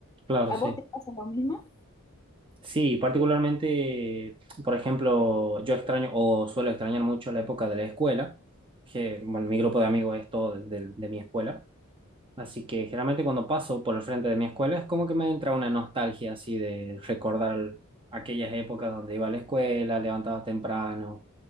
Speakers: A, on the right (about 25°); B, on the left (about 15°).
A: claro,
B: ¿A
A: sí.
B: vos te pasa lo mismo?
A: Sí, particularmente, por ejemplo, yo extraño o suelo extrañar mucho la época de la escuela, que bueno, mi grupo de amigos es todo de, de de mi escuela. Así que generalmente cuando paso por el frente de mi escuela es como que me entra una nostalgia así de recordar aquellas épocas donde iba a la escuela, levantaba temprano,